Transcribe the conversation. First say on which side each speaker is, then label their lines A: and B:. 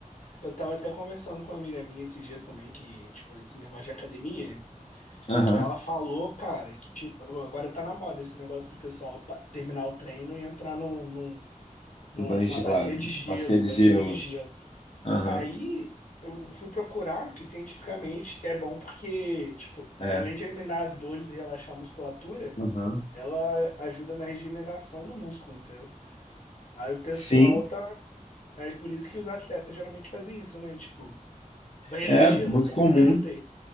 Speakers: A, on the left (about 65°); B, on the left (about 45°).
A: Eu tava até conversando com uma amiga minha esses dias também, que, tipo, esse negócio de academia.
B: Aham.
A: Que ela falou, cara, que tipo, agora tá na moda esse negócio do pessoal pa- terminar o treino e entrar num, num- numa
B: O banho gelado.
A: bacia de gelo,
B: Bacia de
A: bacia
B: gelo.
A: de gelo.
B: Aham.
A: Aí eu fui procurar que cientificamente é bom porque, tipo,
B: É.
A: além de eliminar as dores e relaxar a musculatura,
B: Aham.
A: ela ajuda na regeneração do músculo, entendeu? Aí o pessoal
B: Sim,
A: tá. Aí por isso que os atletas geralmente fazem isso, né? Tipo, banheira
B: é
A: de gelo.
B: muito
A: Eu sempre
B: comum
A: perguntei.